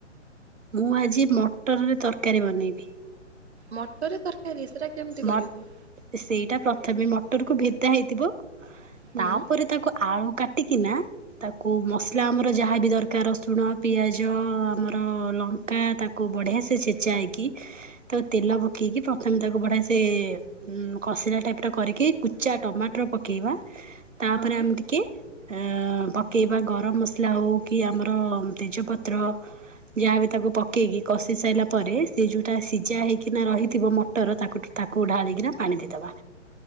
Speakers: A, on the right; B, on the right.
A: ମୁଁ ଆଜି ମଟରରେ ତରକାରୀ ବନେଇବି।
B: ମଟରରେ ତରକାରୀ ସେରାା କେମିତି
A: ମ
B: କରିବୁ?
A: ସେଇଟା ପ୍ରଥମେ ମଟରକୁୁ ଭେଦା ହେଇଥିବ
B: ହୁଁ।
A: ତାପରେ ତାକୁ ଆଳୁ କାଟି କଟିକିନା ତାକୁ ମସଲା ଆମର ଯାହାବି ଦରକାର ରସୁଣ ପିଆଜ ଆମର ଲ କା ତାକୁ ବଢିଆ ସେ ଛେଚାହେଇକି ତାକୁ ତେଲ ପକେଇକି ପ୍ରଥମେ ତାକୁ ବଢିଆ ସେ କଷିଲା ଟାଇପିର କରିକି କୁଚା ଟମାଟର ପକେଇବା ତାପରେ
B: ହଁ
A: ଆମେ କି ଅ ପକେଇବା ଗରମ ମସଲା ଓ କି ଆମର ତେଜ ପତ୍ର। ଯାହାବି ତାକୁ ପକେଇକି କଷି ସାରିଲା ପରେ ସେ ଯୋଉଟା ସିଝା ହେଇକିନା ରହିଥିବ ମଟର ତାକୁ ତାକୁ ଢାଳିକିନା ପାଣି ଦେଇଦବା